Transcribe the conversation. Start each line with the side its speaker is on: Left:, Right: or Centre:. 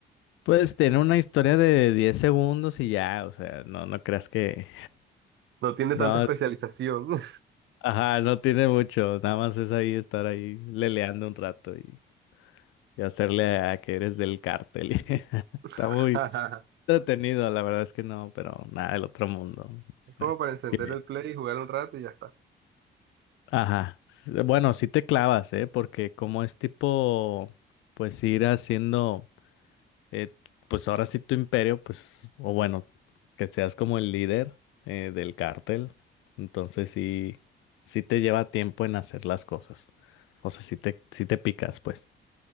Left: Pues tener una historia de 10 segundos y ya, o sea, no, no creas que...
Right: No tiene
Left: No,
Right: tanta especialización.
Left: es- ajá, no tiene mucho, nada más es ahí estar ahí leleando un rato y, y hacerle a que eres del cártel. <laughs> Está
Right: <laughs>
Left: muy entretenido, la verdad es que no, pero nada del otro mundo. Sí.
Right: Es como para encender
Left: Eh,
Right: el play y jugar un rato y ya está.
Left: Ajá. Bueno, sí te clavas, ¿eh? Porque como es tipo, pues ir haciendo... eh, pues ahora sí tu imperio, pues, o bueno, que seas como el líder eh, del cártel, entonces sí, sí te lleva tiempo en hacer las cosas. O sea, sí te, sí te picas, pues.